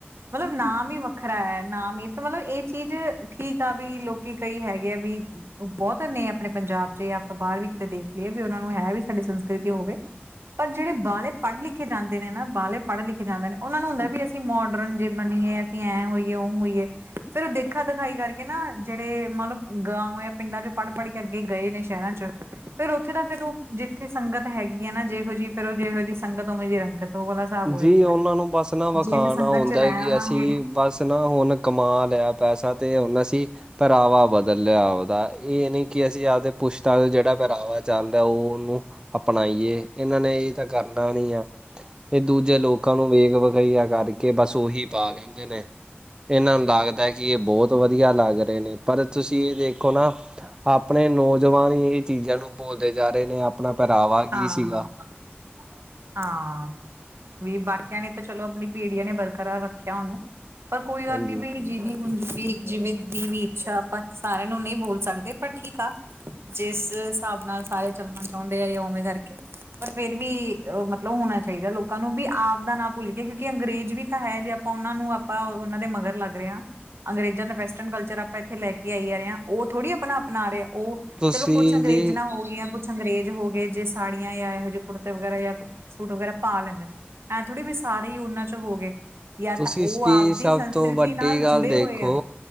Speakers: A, on the right; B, on the right.
A: ਮਤਲਬ ਨਾਮ ਹੀ ਵੱਖਰਾ ਹੈ, ਨਾਮ ਹੀ ਤਾਂ ਮਤਲਬ ਇਹ ਚੀਜ਼ ਠੀਕ ਆ ਵੀ ਲੋਕੀ ਕਈ ਹੈਗੇ ਆ ਵੀ ਉਹ ਬਹੁਤ ਨੇ ਆਪਣੇ ਪੰਜਾਬ ਚ ਆਪਾਂ ਬਾਹਰ ਵੀ ਕਿਤੇ ਦੇਖ ਲਈ ਏ, ਵੀ ਉਹਨਾਂ ਨੂੰ ਹੈ ਵੀ ਸਾਡੀ ਸੰਸਕ੍ਰਿਤੀ ਹੋਵੇ ਪਰ ਜਿਹੜੇ ਬਾਲੇ ਪੜ੍ਹ ਲਿਖੇ ਜਾਂਦੇ ਨੇ ਨਾ, ਬਾਲੇ ਪੜ੍ਹ ਲਿਖੇ ਜਾਂਦੇ ਨੇ ਉਹਨਾਂ ਨੂੰ ਹੁੰਦਾ ਵੀ ਅਸੀਂ ਅਸੀਂ ਮੋਡਰਨ ਜੇ ਬਣੀਏ, ਅਸੀਂ ਐਂ ਹੋਈਏ ਉਹ ਹੋਈਏ ਫਿਰ ਉਹ ਦੇਖਾ ਦਿਖਾਈ ਕਰਕੇ ਨਾ, ਜਿਹੜੇ ਮਤਲਬ ਗਾਉ ਜਾਂ ਪਿੰਡਾਂ ਚ ਪੜ੍ਹ ਪੜ੍ਹ ਅੱਗੇ ਗਏ ਨੇ ਸ਼ਹਿਰਾਂ ਚ ਫੇਰ ਉੱਥੇ ਤਾਂ ਫਿਰ ਉਹ, ਜਿੱਥੇ ਸੰਗਤ ਹੈਗੀ ਹੈ ਨਾ ਜਿਹੋ ਜਿਹੀ ਫੇਰ ਉਹ ਜਿਹੋ ਜਿਹੀ ਸੰਗਤ ਉਵੇੇ ਜ ਰੰਗਤ, ਉਹ ਵਾਲਾ ਹਿਸਾਬ
B: ਜੀ
A: ਹੋ ਜਾਂਦਾ,
B: ਉਹਨਾਂ ਨੂੰ ਬਸ ਨਾ ਵਿਖਾਣਾ
A: ਜੇ ਅਸੀਂ ਸੰਗਤ ਚ ਰਹਿ
B: ਕਿ
A: ਆਵਾਂਗੇ
B: ਅਸੀਂ ਬਸ ਨਾ ਹੁਣ ਕਮਾਲ ਹੈ, ਪੈਸਾ ਤੇ ਹੁਣ ਅਸੀਂ ਪਹਿਰਾਵਾ ਬਦਲ ਲਿਆ ਉਹਦਾ, ਇਹ ਨਹੀਂ ਕਿ ਅਸੀਂ ਆਪਦੇ ਪੁੱਛਤਾ ਜਿਹੜਾ ਪਹਿਰਾਵਾ ਚੱਲ ਰਿਹਾ ਔ ਉਹਨੂੰ ਆਪਣਾਈ ਏ, ਇਹਨਾਂ ਨੇ ਇਹ ਤਾਂ ਕਰ ਨਾਣੀ ਆ, ਇਹ ਦੂਜੇ ਲੋਕਾਂ ਨੂੰ ਵੇਖ ਵਖਈਆ ਕਰਕੇ ਬਸ ਔਹੀ ਪਾ ਲੈਂਦੇ ਨੇ ਏਨਾਂ ਨੂੰ ਲੱਗਦਾ ਕਿ ਏ ਬੋਤ ਵਦੀਆ ਲੱਗ ਰੇ ਨੇ ਪਰ ਤੁਸੀਂ ਏ ਦੇਖੋ ਨਾ ਆਪਣੇ ਨੌਜਵਾਨ ਹੀ ਏ ਚੀਜ਼ਾਂ ਨੂੰ ਭੁਲਦੇ ਜਾ ਰੇ ਨੇ ਆਪ ਆਪਣਾ ਪਹਿਰਾਵਾ ਕੀ
A: ਹਾਂ-ਹਾਂ,
B: ਸੀਗਾ
A: ਹਾਂ। ਵੀ ਬਾਕੀਆਂ ਨੇ ਤਾਂ ਚਲੋ ਆਪਣੀ ਪੀੜੀਆਂ ਨੇ ਬਰਕਰਾਂ ਰੱਖਿਆ ਓਨੂੰ, ਪਰ ਕੋਈ ਗੱਲ
B: ਹਾਂਜੀ
A: ਨੀ ਵੀ ਜੀਦੀ ਹੁਣ ਜਿਵੇਂ ਦੀ ਵੀ ਇੱਛਾ ਆਪਾਂ ਸਾਰੇਆਂ ਨੂੰ ਨਈਂ ਬੋਲ ਸਕਦੇ ਪਰ ਠੀਕ ਆ ਜਿਸ ਸਾਬ ਨਾਲ ਸਾਰੇ ਚੱਲਣਾ ਚੋਂਦੇ ਆ ਜਾਂ ਉਵੇਂ ਕਰਕੇ ਪਰ ਫੇਰ ਵੀ ਮਤਲਬ ਹੋਣਾ ਚਾਈਦਾ ਲੋਕਾਂ ਨੂੰ ਵੀ ਆਪ ਦਾ ਨਾ ਭੁੱਲ ਕੇ ਕਿਓਂਕੇ ਅੰਗਰੇਜ਼ ਵੀ ਤਾਂ ਹੈ ਜੇ ਓਨਾਂ ਨੂੰ ਆਪਾਂ ਓਨਾਂ ਦੇ ਮਗਰ ਲੱਗ ਰਹੇ ਹਾਂ। ਅੰਗਰੇਜ਼ਾਂ ਦਾ ਵੈਸਟਰਨ ਕਲਚਰ ਆਪਾਂ ਇੱਥੇ ਲੈਕੇ ਆਈ ਯਾ ਰੇ ਆਂ ਓ ਥੋੜੀ ਆਪਣਾ-ਅਪਣਾ ਰੇ ਓ
B: ਤੁਸੀਂ
A: ਚਲੋ ਕੁੱਛ ਅੰਗਰੇਜ਼ਾ
B: ਜੀ
A: ਨਾ ਹੋ ਗਈਆਂ ਕੁੱਛ ਅੰਗਰੇਜ਼ ਹੋ ਗਏ। ਜੇ ਸਾੜੀਆਂ ਯਾਂ ਏਹੋ ਜਿਹੇ ਕੁੜਤੇ ਵਗੈਰਾ ਯਾ ਸੂਟ ਵਗੈਰਾ ਪਾ ਲੈਂਦੇ ਨੇ ਜੇ ਐਂ ਥੋੜੀ ਵੀ ਸਾਰੇ ਈ ਓਨਾਂ ਚੋਂ ਹੋ ਗਏ। ਜਾਂ
B: ਤੁਸੀਂ
A: ਤਾਂ ਉਹ
B: ਇਸ ਦੀ
A: ਆਪਦੀ
B: ਸਬ
A: ਸੰਸਕ੍ਰਿਤੀ
B: ਤੋਂ ਵੱਡੀ
A: ਨਾਲ
B: ਗੱਲ
A: ਜੁੜੇ
B: ਦੇਖੋ
A: ਹੋਏ ਆ